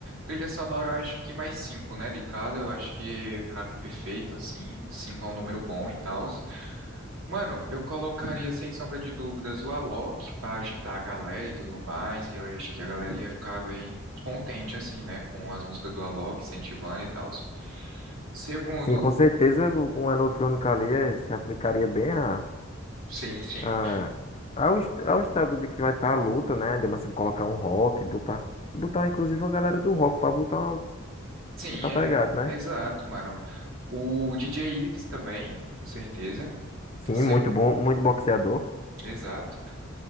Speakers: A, on the right; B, on the left.
A: Trilha sonora eu acho que mais cinco, né? De cada, eu acho que cabe perfeito, assim. Cinco é um número bom e tal. Mano, eu colocaria, sem sombra de dúvidas, o Alok pra agitar a galera e tudo mais. E eu acho que a galera ia ficar bem contente, assim, né? Com as músicas do Alok, incentivando e tal. Segundo,
B: Sim, com certeza o- com a eletrônica ali eh, se aplicaria bem a,
A: sim, sim,
B: a, ao, est- ao estado de que vai estar a luta, né? De mas se colocar um rock, botar, botar inclusive uma galera do rock para botar
A: Sim,
B: Tá
A: é,
B: pegado, né?
A: é exato, mano. O DJ Ives também, com certeza.
B: Sim,
A: Terceiro,
B: muito bom, muito boxeador.
A: exato.